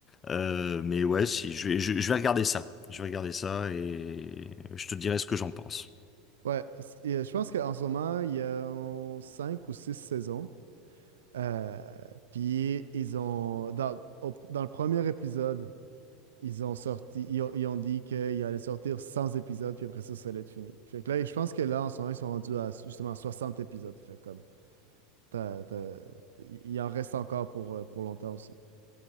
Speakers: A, on the left; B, on the right.
A: Euh, mais ouais, si je vais, je, je vais regarder ça. Je vais regarder ça et je te dirai ce que j'en pense.
B: Ouais, parce que, euh, je pense qu'en ce moment, il y a euh, cinq ou six saisons. Euh, puis ils ont dans, au- dans le premier épisode, ils ont sorti, ils ont, ils ont dit qu'il allait sortir 100 épisodes, puis après ça, ça allait être fini. Fait que là, je pense que là, en ce moment, ils sont rendus à justement 60 épisodes. Fait comme t'as- t'as- il en reste encore pour, euh, pour longtemps aussi.